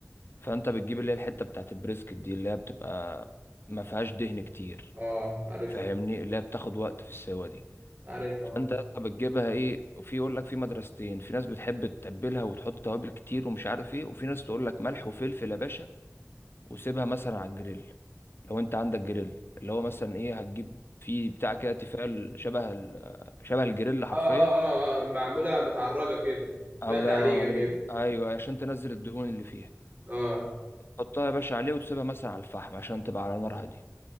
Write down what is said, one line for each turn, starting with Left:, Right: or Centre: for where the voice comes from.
Left: فانت بتجيب اللي هي الحتة بتاعت البريسكت دي اللي هي بتبقى ما فيهاش دهن كتير
Right: اه عارف
Left: فاهمني اللي هي بتاخد وقت في السوا دي
Right: عارف اه
Left: فانت يا اسطى بتجيبها ايه وفي يقول لك في مدرستين في ناس بتحب تتبلها وتحط توابل كتير ومش عارف ايه وفي ناس تقول لك ملح وفلفل يا باشا وسيبها مثلا على الجريل لو انت عندك جريل اللي هو مثلا ايه هتجيب في بتاع كده تيفال شبه ال- شبه الجريل حرفيا
Right: اه اه اه, آه. معمولة متعرجة كده
Left: الله
Right: فيها تعريجة
Left: ينور عليك
Right: كده
Left: ايوه أيوة، عشان تنزل الدهون اللي فيها
Right: اه
Left: تحطها يا باشا عليه وتسيبها مثلا على الفحم عشان تبقى على نار هاديه